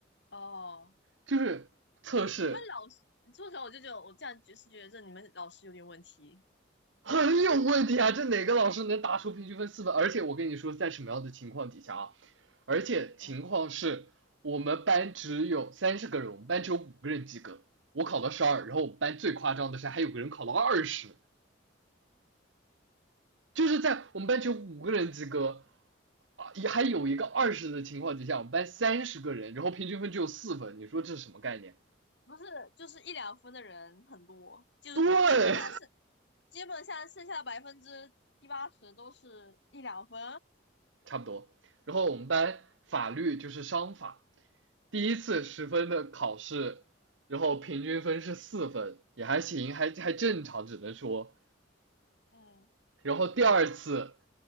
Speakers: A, on the left; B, on the right.
A: 哦，
B: 就是测试
A: 你们老师，说实话，我就觉得我这样觉是觉得这你们老师有点问题。
B: <laughs> 很有问题啊！这哪个老师能打出平均分四分？而且我跟你说，在什么样的情况底下啊？而且情况是我们班只有三十个人，
A: 嗯，
B: 我们班只有五个人及格，我考了十二，然后我们班最夸张的是还有个人考了二十，就是在我们班只有五个人及格，啊，也还有一个二十的情况底下，我们班三十个人，然后平均分只有四分，你说这是什么概念？
A: 不是，就是一两分的人很多，就基本上剩，
B: 对。
A: 基本上剩下的百分之七八十都是一两分。
B: 差不多。然后我们班法律就是商法，第一次十分的考试，然后平均分是四分，也还行，还还正常，只能说。
A: 嗯。
B: 然后第二次